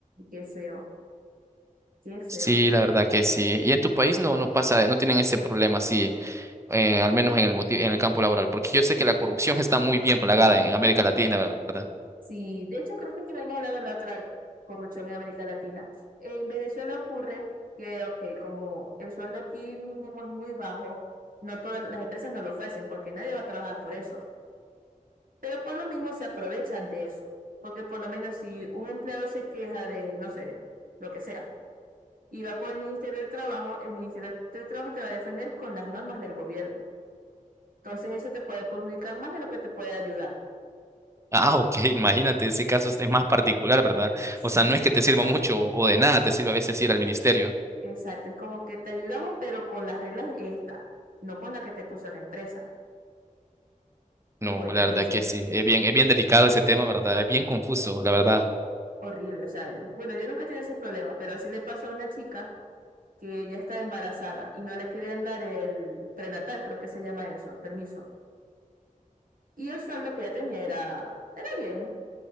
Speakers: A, on the right; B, on the right.
A: Qué feo, qué feo.
B: Sí, la verdad que sí. Y en tu país no, no pasa, no tienen ese problema, sí, eh, al menos en el moti- en el campo laboral, porque yo sé que la corrupción <laughs> está muy bien plagada
A: <laughs>
B: en, en América Latina, ¿verdad?
A: Sí, de hecho creo que lo hemos hablado la otra vez, corrupción en América Latina. En Venezuela ocurre que, ok, como el sueldo aquí mínimo es muy bajo, no todas las empresas no lo ofrecen porque nadie va a trabajar por eso. Pero por lo mismo se aprovechan de eso, porque por lo menos si un empleado se queja de, no sé, lo que sea, y va con el Ministerio del Trabajo, el Ministerio del Trabajo te va a defender con las normas del gobierno. Entonces eso te puede perjudicar más de lo que te puede ayudar.
B: Ah, ok, <laughs> imagínate, ese caso es es más particular, ¿verdad?
A: Sí,
B: O sea, no es que te sirva mucho o de nada te sirve a veces ir al ministerio.
A: exacto. Es como que te ayudamos, pero con las reglas estas, no con la que te puso la empresa. Y
B: No,
A: bueno,
B: la
A: entonces,
B: verdad que sí, es bien, es bien delicado ese tema, ¿verdad? Es bien confuso, la verdad.
A: horrible. O sea, bueno, yo nunca he tenido ese problema, pero así le pasó a una chica que ya está embarazada y no le querían dar el prenatal, creo que se llama eso, el permiso. Y el sueldo que ella tenía era, era bien.